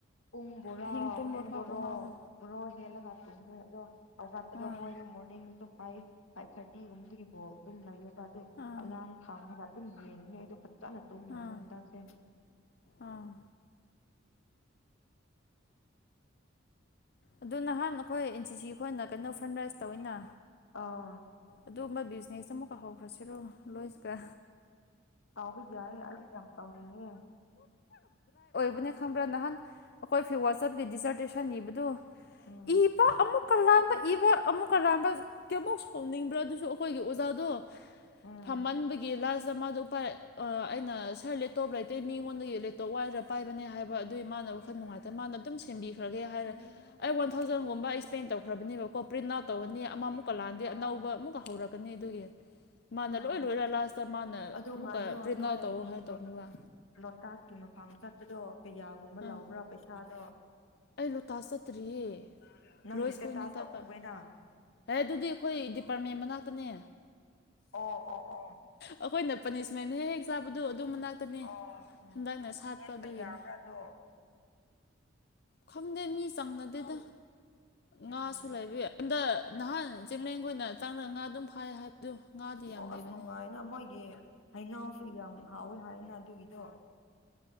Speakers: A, on the left; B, on the left.
A: ꯄꯨꯡ ꯕꯣꯔꯥ
B: ꯑꯍꯤꯡ ꯇꯨꯝꯕ
A: ꯄꯨꯡ
B: ꯐꯥꯎ
A: ꯕꯣꯔꯣ
B: ꯀꯣꯛ ꯉꯥꯎꯋꯦ
A: ꯕꯣꯔꯣ ꯍꯦꯜꯂꯒ ꯇꯨꯝꯃꯦ ꯑꯗꯣ ꯍꯧꯒꯠꯄꯗꯣ
B: ꯑꯥ
A: ꯃꯣꯏꯗꯣ ꯃꯣꯔꯅꯤꯡ ꯗꯁꯨ ꯐꯥꯏ ꯑꯩꯠ ꯊꯥꯔꯇꯤꯒꯨꯝꯗꯒꯤ ꯕꯣꯜ ꯑꯗꯨꯝ ꯂꯩꯌꯦꯕ ꯑꯗꯣ
B: ꯑꯥ
A: ꯑꯂꯥꯔꯝ ꯊꯝꯔꯒ ꯑꯗꯨꯝ ꯌꯦꯡꯕꯅꯦ ꯑꯩꯗꯣ ꯐꯖꯅ ꯇꯨꯝꯗꯕꯅꯦ
B: ꯑꯥ
A: ꯍꯟꯗꯛꯁꯦ
B: ꯑꯥ ꯑꯗꯨ ꯅꯍꯥꯟ ꯑꯩꯈꯣꯏ ꯑꯦꯟ ꯁꯤꯁꯤ ꯈꯣꯏꯅ ꯀꯩꯅꯣ ꯐ꯭ꯔꯟ ꯔꯥꯏꯁ ꯇꯧꯋꯤꯅ
A: ꯑꯥ
B: ꯑꯗꯨꯒꯨꯝꯕ ꯕꯤꯖꯤꯅꯦꯁ ꯑꯃꯨꯛꯀ ꯍꯧꯈ꯭ꯔꯁꯤꯔꯣ ꯂꯣꯏꯁꯀ
A: ꯇꯥꯎꯕꯩ ꯌꯥꯏꯌꯦ ꯑꯩꯁꯩ ꯌꯥꯝ ꯇꯧꯅꯤꯡꯉꯦ
B: ꯗꯨꯅꯦ ꯈꯪꯕ꯭ꯔꯥ ꯅꯍꯥꯟ ꯑꯩꯈꯣꯏ ꯐꯤ ꯋꯥꯆꯞꯀꯤ ꯗꯤꯖꯔꯇꯦꯁꯟ ꯅꯤꯕꯗꯨ
A: ꯎꯝ
B: ꯏ ꯏꯕ ꯑꯃꯨꯛꯀ ꯂꯥꯟꯕ ꯏꯕ ꯑꯃꯨꯛꯀ ꯂꯥꯟꯕ ꯀꯌꯥꯃꯨꯛ ꯁꯥꯎꯅꯤꯡꯕ꯭ꯔꯥ ꯑꯗꯨꯁꯨ ꯑꯩꯈꯣꯏꯒꯤ ꯑꯣ ꯖꯥꯗꯣ
A: ꯎꯝ
B: ꯐꯃꯟꯕꯒꯤ ꯂꯥꯁ ꯗ ꯃꯥꯗꯨ ꯑꯩꯅ ꯁꯔ ꯂꯦꯞꯇꯣꯞ ꯂꯩꯇꯦ ꯃꯤꯉꯣꯟꯗꯒꯤ ꯂꯦꯞꯇꯣꯞ ꯋꯥꯏꯔ ꯄꯥꯏꯕꯅꯦ ꯍꯥꯏꯕ ꯑꯗꯨꯏ ꯃꯥꯥꯟꯅꯕ ꯋꯥꯈꯜ ꯅꯨꯡꯉꯥꯏꯇꯕ
A: ꯎꯝ
B: ꯃꯥꯅ ꯑꯗꯨꯝ ꯁꯦꯝꯕꯤꯈ꯭ꯔꯒꯦ ꯍꯥꯏꯔꯦ ꯑꯩ ꯋꯥꯟ ꯊꯥꯎꯖꯟꯒꯨꯝꯕ ꯑꯩ ꯏꯁ꯭ꯄꯦꯟ ꯇꯧꯈ꯭ꯔꯕꯅꯦꯕꯀꯣ ꯄ꯭ꯔꯤꯟꯠ ꯑꯥꯎꯠ ꯇꯧꯒꯅꯤ ꯑꯃꯃꯨꯛꯀ ꯂꯥꯟꯗꯤ
A: ꯑꯣ
B: ꯑꯅꯧꯕ ꯑꯃꯨꯛꯀ ꯍꯧꯔꯛꯀꯅꯤ ꯑꯗꯨꯒꯤ ꯃꯥꯅ
A: ꯎꯝ
B: ꯂꯣꯏ ꯂꯣꯏꯔ ꯂꯥꯁꯇ ꯃꯥꯅ
A: ꯑꯗꯣ
B: ꯑꯃꯨꯛꯀ
A: ꯉꯥꯏꯌꯣ
B: ꯄ꯭ꯔꯤꯟꯠ
A: ꯅꯣꯏ
B: ꯑꯥꯎꯠ ꯇꯧ
A: ꯎꯝ
B: ꯍꯥꯏ ꯇꯧꯅꯤꯕ
A: ꯂꯣꯠ ꯂꯣꯇꯥꯁꯀꯤ ꯃꯐꯝ ꯆꯠꯄꯗꯣ ꯀꯌꯥꯒꯨꯝꯕ
B: ꯑꯥ
A: ꯂꯧꯕ꯭ꯔꯥ ꯄꯩꯁꯥꯗꯣ
B: ꯑꯩ ꯂꯣꯛꯇꯥꯛ ꯆꯠꯇ꯭ꯔꯤꯌꯦ
A: ꯅꯪꯒꯤ
B: ꯂꯣꯏꯁ
A: ꯁꯇꯦꯇꯥꯁ
B: ꯈꯣꯏꯅ ꯆꯠꯄ
A: ꯇ ꯎꯋꯦꯅ
B: ꯑꯦ ꯑꯗꯨꯗꯤ ꯑꯩꯈꯣꯏ ꯗꯤꯄꯥꯔꯠꯃꯦꯟ ꯃꯅꯥꯛꯇꯅꯦ
A: ꯑꯣ ꯑꯣ ꯑꯣ
B: ꯑꯩꯈꯣꯏꯅ <unintelligible> ꯃꯅꯥꯛꯇꯅꯦ
A: ꯑꯣ
B: ꯍꯟꯗꯛꯅ ꯁꯥꯠꯄ
A: ꯌꯦꯠꯄ
B: ꯑꯗꯨꯒꯤꯅꯤ
A: ꯌꯥꯕ꯭ꯔꯥ ꯑꯗꯣ
B: ꯈꯪꯗꯦ ꯃꯤ ꯆꯪꯅꯗꯦꯗ ꯉꯥꯁꯨ
A: ꯎꯝ
B: ꯂꯩꯕꯩ ꯍꯟꯗꯛ ꯅꯍꯥꯟ ꯆꯤꯡꯂꯦꯟꯈꯣꯏꯅ ꯆꯥꯡꯔꯒ ꯉꯥ ꯑꯗꯨꯝ ꯐꯥꯏ ꯍꯥꯏꯕꯗꯣ ꯉꯥꯗꯤ
A: ꯑꯣ
B: ꯌꯥꯝ ꯂꯩꯕꯅꯤ
A: ꯑꯁ ꯅꯨꯡꯉꯥꯏꯅ ꯃꯣꯏꯒꯤ ꯍꯩꯅꯧꯁꯨ ꯌꯥꯝ ꯍꯥꯎꯋꯦ ꯍꯥꯏꯋꯦꯅ ꯑꯗꯨꯒꯤꯗꯣ